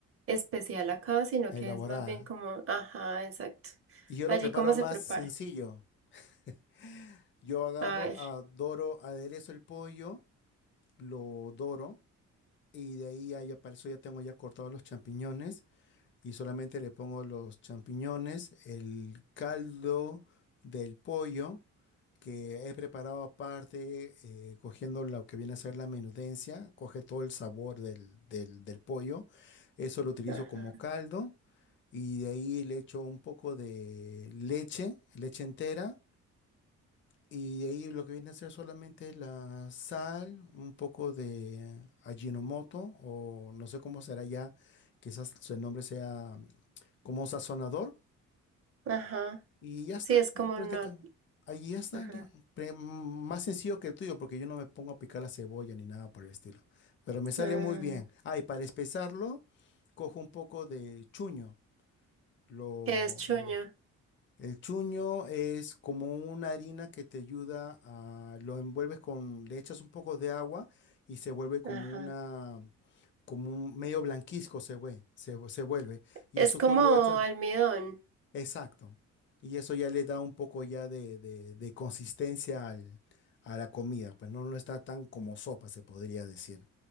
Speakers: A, on the right; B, on the left.
A: especial acá, sino
B: elaborada.
A: que es más bien como, ajá, exacto.
B: Y yo
A: Allí
B: lo preparo
A: cómo se
B: más
A: prepara.
B: sencillo. <laughs> Yo agarro,
A: A ver.
B: adoro, aderezo el pollo, lo doro y de ahí ya, ya para eso ya tengo ya cortados los champiñones y solamente le pongo los champiñones, el caldo del pollo que he preparado aparte, eh, cogiendo lo que viene a ser la menudencia, coge todo el sabor del, del, del pollo, eso lo utilizo
A: Ajá.
B: como caldo y de ahí le echo un poco de leche, leche entera y de ahí lo que viene a ser solamente la sal, un poco de Ajinomoto, o no sé cómo será ya, quizás su nombre sea mm, como un sazonador,
A: Ajá.
B: y ya está,
A: Sí, es como
B: y practica.
A: no.
B: Ahí ya está,
A: Ajá.
B: ya. Pre- mm, más sencillo que el tuyo, porque yo no me pongo a picar la cebolla ni nada por el estilo. Pero me sale
A: Mm,
B: muy bien. Ah, y para espesarlo, cojo un poco de chuño, lo,
A: ¿Qué es chuño?
B: lo, el chuño es como una harina que te ayuda a, lo envuelves con, le echas un poco de agua y se vuelve como
A: Ajá.
B: una, como un medio blanquizco se vuelve se, vu- se vuelve. Y
A: Es
B: eso
A: como
B: tú lo echas,
A: almidón.
B: exacto. Y eso ya le da un poco ya de, de- de consistencia al- a la comida, pues no, no está tan como sopa, se podría decir.